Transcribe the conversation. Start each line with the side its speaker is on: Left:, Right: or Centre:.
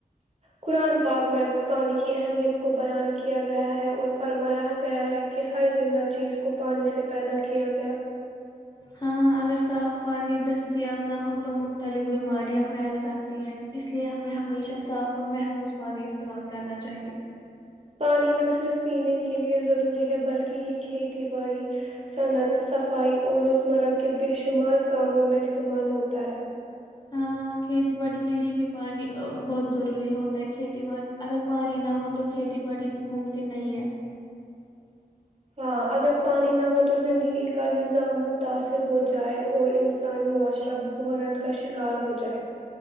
Right: قرآن پاک میں پانی کی اہمیت کو بیان کیا گیا ہے اور فرمایا گیا ہے کہ ہر زندہ چیز کو پانی سے پیدا کیا گیا
Left: ہاں اگر صاف پانی دستیاب نہ ہو تو مختلف بیماریاں پھیل سکتی ہیں اس لیے ہمیں ہمیشہ صاف اور محفوظ پانی استعمال کرنا چاہیے
Right: پانی نہ صرف پینے کے لئے ضروری ہے بلکہ یہ کھیتی باڑی صنعت صفائی اور روزمرہ کے بے شمار کاموں میں استعمال ہوتا ہے
Left: ہاں کھیتی باڑی کے لیے بھی پانی بہت ضروری ہوتا ہے کھیتی باڑی اگر پانی نہ ہو تو کھیتی باڑی ممکن نہیں ہے
Right: ہاں اگر پانی نہ ہو تو زندگی کا نظام متاثر ہو جائے اور انسانی معاشرہ بحران کا شک کار ہو جائے